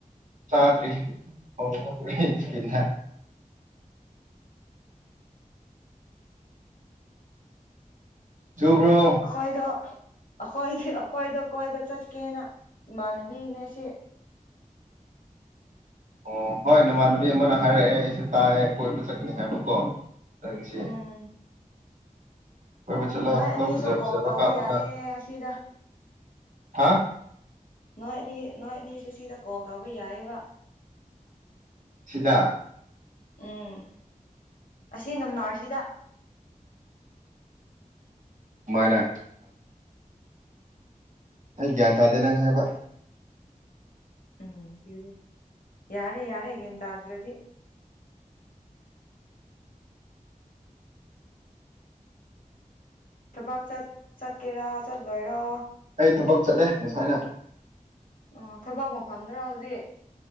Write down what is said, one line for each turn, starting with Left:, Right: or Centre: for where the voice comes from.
Right: ꯆꯥꯗ꯭ꯔꯤ ꯑꯣ <unintelligible> ꯆꯨꯕ꯭ꯔꯣ
Left: ꯑꯈꯣꯢꯗꯣ ꯑꯈꯣꯏꯗꯤ ꯑꯈꯣꯏꯗ ꯀꯣꯏꯕ ꯆꯠꯀꯦꯅ ꯏꯃꯥꯟꯅꯕꯤꯅꯦ ꯁꯤ
Right: ꯑꯣ ꯍꯣꯏ ꯅꯃꯥꯟꯅꯕꯤ ꯑꯃꯅ ꯍꯥꯏꯔꯛꯑꯦ ꯑꯩꯁꯦ ꯇꯥꯏꯌꯦ ꯀꯣꯏꯕ ꯆꯠꯀꯅꯤ ꯍꯥꯏꯕꯀꯣ ꯅꯪꯉꯤꯁꯤ
Left: ꯎꯝ
Right: ꯀꯣꯏꯕ ꯆꯠꯂꯣ
Left: ꯅꯣꯏ
Right: ꯐꯣꯇꯣ
Left: ꯑꯅꯤꯁꯨ
Right: ꯐꯖ
Left: ꯀꯣꯜ
Right: ꯐꯖꯕ
Left: ꯇꯧꯕ
Right: ꯀꯥꯞꯄꯒ
Left: ꯌꯥꯏꯌꯦ ꯑꯁꯤꯗ
Right: ꯍꯥ
Left: ꯅꯣꯏ ꯑꯅꯤ ꯅꯣꯏ ꯑꯅꯤꯁꯨ ꯁꯤꯗ ꯀꯣꯜ ꯇꯧꯕ ꯌꯥꯏꯌꯦꯕ
Right: ꯁꯤꯗꯥ
Left: ꯎꯝ ꯑꯁꯤ ꯅꯝꯕꯥꯔꯁꯤꯗ <inaudible>
Right: ꯀꯃꯥꯏꯅꯥ ꯑꯩ ꯒ꯭ꯌꯥꯟ ꯇꯥꯗꯦ ꯅꯪ ꯍꯥꯏꯕ
Left: ꯎꯝ ꯇ꯭ꯌꯨꯗꯦ ꯌꯥꯔꯦ ꯌꯥꯔꯦ ꯒ꯭ꯌꯥꯟ ꯇꯥꯗ꯭ꯔꯗꯤ ꯊꯕꯛ ꯆꯠ ꯆꯠꯀꯦꯔꯥ ꯆꯠꯂꯣꯏꯔꯣ
Right: ꯑꯩ ꯊꯕꯛ ꯆꯠꯂꯦ ꯉꯁꯥꯏꯅ
Left: ꯑꯣ ꯊꯕꯛ ꯃꯐꯝꯗꯔꯣ ꯍꯧꯖꯤꯛ